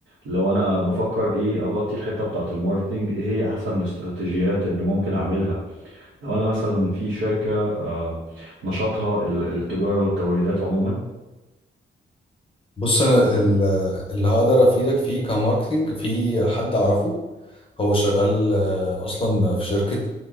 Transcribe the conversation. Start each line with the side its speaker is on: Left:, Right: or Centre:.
Right: لو انا بفكر ايه اغطي الحتة بتاعة الماركتينج ايه هي احسن الاستراتيجيات اللي ممكن اعملها لو انا مثلا في شركة آه، نشاطها ال- التجارة والتوريدات عموما
Left: بص انا ال- اللي هقدر افيدك فيه كماركتنج في حد اعرفه هو شغال آه، اصلا في شركة